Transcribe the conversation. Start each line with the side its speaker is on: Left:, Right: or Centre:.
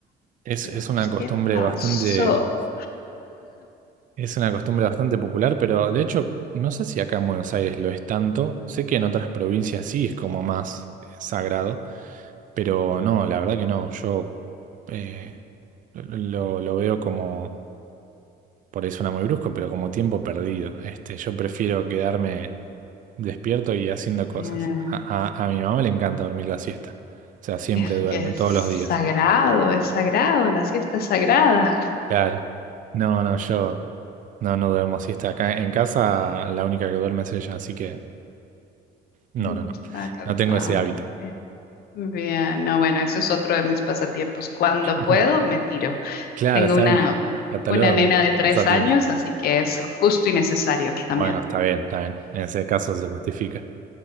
Right: es,
Left: Dios,
Right: es una costumbre
Left: ¿qué pasó?
Right: bastante, es una costumbre bastante popular, pero de hecho, no sé si acá en Buenos Aires lo es tanto. Sé que en otras provincias sí es como más eh, sagrado, pero no, la verdad que no. Yo eh, lo, lo veo como, por ahí suena muy brusco, pero como tiempo perdido. Este, yo prefiero quedarme despierto y haciendo cosas.
Left: Mm,
Right: A, a, a mi mamá le encanta dormir la siesta. O sea, siempre
Left: Es
Right: duerme,
Left: que es
Right: todos
Left: sagrado,
Right: los días.
Left: es sagrado, la siesta es sagrada.
Right: Claro. No, no, yo. No, no duermo siesta. Acá en casa la única que duerme es ella, así que no,
Left: Mm,
Right: no, no.
Left: Está cansada.
Right: No tengo ese hábito.
Left: Bien. Bien, no, bueno, eso es otro de mis pasatiempos. Cuando
Right: <laughs>
Left: puedo, me tiro.
Right: Claro,
Left: Tengo
Right: está
Left: una,
Right: bien. Cataloga
Left: una nena
Right: como
Left: de tres
Right: pasatiempo.
Left: años, así que es justo y necesario también.
Right: Bueno, está bien, está bien. En ese caso se justifica.